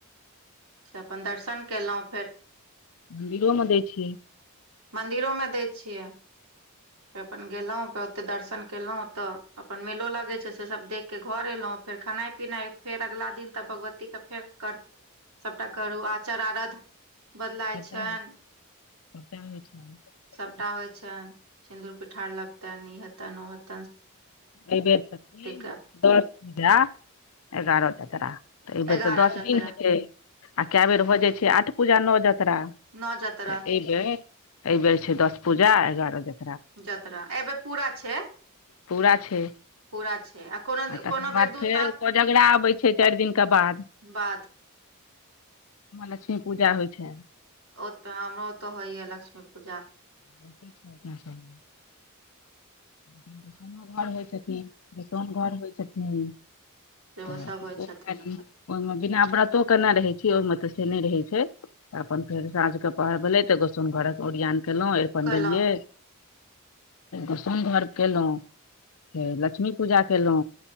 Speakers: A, on the right; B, on the left.
A: से अपन दर्शन केलहुँ फेर
B: मन्दिरो मै दै छी यै
A: मंन्दिरो मे दैत छियै फे अपन गेलहुँ फेर ओते दर्शन केलहुं ओते अपन मेलो लगे छै से सब देख के घर एलहुँं फेर खेनाइ पिनाइ फेर अगा दिन तऽ भगवती के फेर कर
B: ह <inaudible>
A: सभटा करू आचार अरध बदलाय
B: सबटा
A: छनि
B: होइ <inaudible>
A: सभटा होइ छनि सिन्दूर पिठार लगतान ई हैतान वो हेतां
B: एहिबेर छथिन
A: के
B: दस पूजा एगारह जतरा तऽ एहि
A: एगारह
B: बेेर तऽ दस
A: जतरा
B: दिन हेतै आ कए बेर भऽ जाइ छै आठ पूजा नओ जत्ररा
A: नओ जतरा
B: तऽ एहि बेर एहि बेर छै दस पूजा एगारह जत
A: जतरा एबे पूरा छै
B: पूरा छै
A: पूरा छै कोनो
B: आ तकर
A: कोनो
B: बाद
A: बेर दूटा
B: फेर कोजगरा अबै छै चारि दिनके बाद
A: बाद
B: लक्ष्मी पूजा होइ छै
A: ओत हमरो तो होइया लक्ष्मी पूजा
B: बहुत <unintelligible> दसनो घर होइ छथिन दसन घर होइ छथिन
A: सेहो
B: तऽ
A: सब होइ
B: ओ
A: छथिन
B: ख ओहिमे
A: अपन
B: बिना व्रतो केने रहैत छी ओहिमे तऽ से नहि रहैत छै तऽ अपन फेर साँझ के पहर भेलै तऽ गोसुन घरक ओरियान केलहुँ अपन
A: कहलहुँ
B: देलियै गोसनघर केलहुँं त लक्ष्मी पूजा केलो